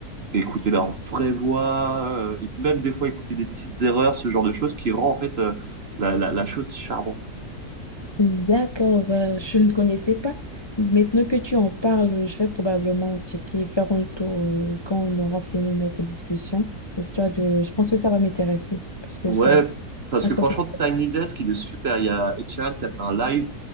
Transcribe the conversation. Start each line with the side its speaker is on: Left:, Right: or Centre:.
Right: écouter leur vraie voix, euh, et même des fois écouter des petites erreurs, ce genre de choses qui rend en fait euh, la, la la chose charmante.
Left: D'accord, ben, je ne connaissais pas. Maintenant que tu en parles, je vais probablement checker, faire un tour euh, quand on aura fini notre discussion, histoire de... Je pense que ça va m'intéresser, parce que
Right: Ouais,
Left: ça...
Right: parce
Left: Elles
Right: que
Left: sont
Right: franchement,
Left: plus
Right: Tiny Desk, il est super. Il y a Ed Sheeran qui a fait un live.